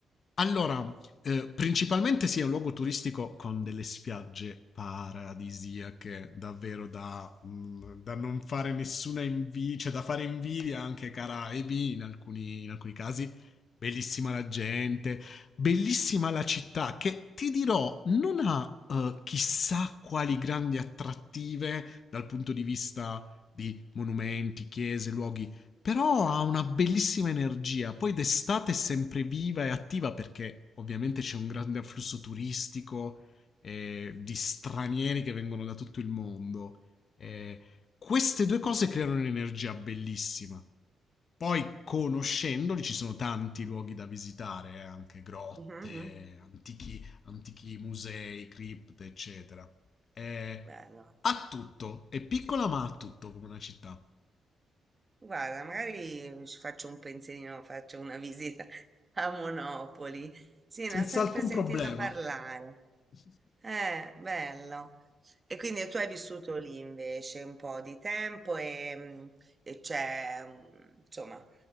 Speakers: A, on the left; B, on the right.
A: Allora, eh, principalmente sì, è un luogo turistico con delle spiagge paradisiache, davvero da, mm, da non fare nessuna invidia, cioè da fare invidia anche ai Caraibi in alcuni, in alcuni casi. Bellissima la gente, bellissima la città che ti dirò non ha eh, chissà quali grandi attrattive dal punto di vista di monumenti, chiese, luoghi però ha una bellissima energia, poi d'estate è sempre viva e attiva perché ovviamente c'è un grande afflusso turistico eh, di stranieri che vengono da tutto il mondo. Eh, queste due cose
B: Mhm,
A: creano un'energia bellissima. Poi conoscendoli ci sono tanti luoghi da visitare, eh, anche grotte,
B: mhm.
A: antichi, antichi musei, cripte, eccetera. Eh,
B: Bello,
A: ha tutto, è piccola
B: sì.
A: ma ha tutto come una città,
B: Guarda, magari ci faccio un pensierino, faccio una visita <laughs> a Monopoli. Sì,
A: senza
B: ne ho sempre
A: alcun
B: sentito
A: problema.
B: parlare.
A: Sì.
B: Eh, bello. E quindi tu hai vissuto lì invece un po' di tempo e, mm, e c'è, mm, insomma,